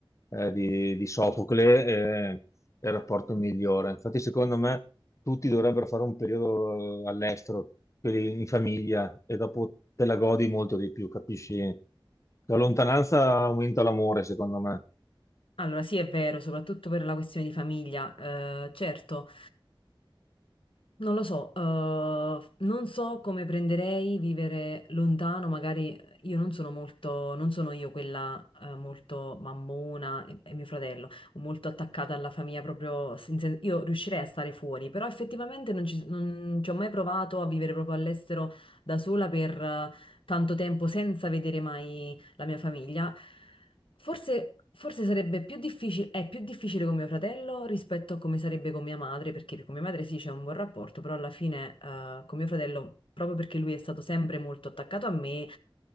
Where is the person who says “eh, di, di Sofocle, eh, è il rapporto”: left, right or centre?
Left